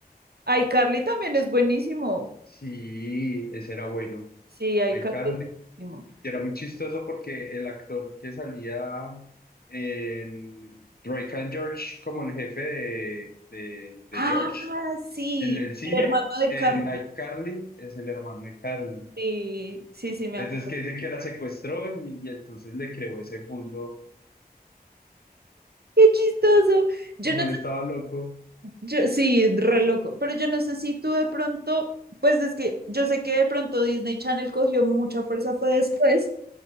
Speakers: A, on the right; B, on the left.
A: iCarly también es buenísimo.
B: Sí, ese era bueno.
A: Sí, iCarly
B: iCarly.
A: es buenísimo.
B: Y era muy chistoso porque el actor que salía en Drake and George como el jefe de, de, de
A: Ah,
B: George
A: sí,
B: en el cine,
A: el hermano de
B: en
A: Carmen.
B: iCarly, es el hermano de Carly.
A: Sí, sí, sí, me
B: Entonces
A: acuerdo.
B: que dice que la secuestró y, y entonces le creó ese mundo,
A: Qué chistoso. Yo
B: como
A: no
B: él
A: sé,
B: estaba loco.
A: yo, sí, re loco, pero yo no sé si tú de pronto, pues es que yo sé que de pronto Disney Channel cogió mucha fuerza, fue después,